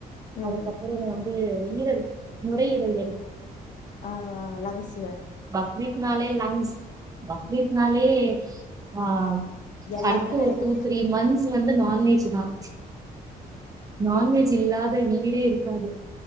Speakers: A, on the left; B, on the right.
A: ம்
B: அதுக்கப்புறம் இங்க அது ஈரல் நுரை ஈரல்
A: ஆஹ் லங்க்ஸ்
B: பக்ரித் நால லங்கஸ் பகரித்னாலே ஆஹ்
A: எல்லாமே
B: அடுத்து
A: கெடைக்கு
B: ஒரு டூ த்ரீ மந்த்ஸ் வந்து நான்வெஜ் ஆஹ் நான்வெஜ்
A: ஏ
B: இல்லாத வீடே இருக்காது.